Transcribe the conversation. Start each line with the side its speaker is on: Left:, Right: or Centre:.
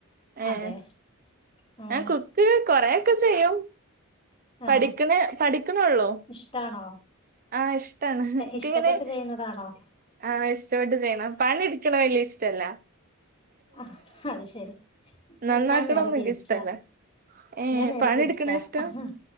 Right: ആഹ്
Left: അതെ ഉം
Right: ആ കുക്ക് കൊറേ ക്കെ ചെയ്യും
Left: ആ
Right: പഠിക്കണേ പഠിക്കണോള്ളോ
Left: ഇഷ്ടാണോ
Right: ആഹ് ഇഷ്ടാണ് എനിക്കിങ്ങനെ
Left: ഇഷ്ടപ്പെട്ട് ചെയ്യുന്നതാണോ
Right: ആ ഇഷ്ടപെട്ട് ചെയ്യണം പണിയെടുക്കണ വല്യ ഇഷ് റ്റല്ല
Left: ആ അത് ശരി
Right: നന്നാക്കണൊന്നും
Left: ഞാൻ നേരെ തിരിച്ചാ
Right: എനിക്ക് ഇഷ്ടല്ല ഏഹ്
Left: ഞാൻ നേരെ
Right: പണിയെടുക്കണ
Left: തിരിച്ചാ
Right: ഇഷ്ടാ
Left: അഹ്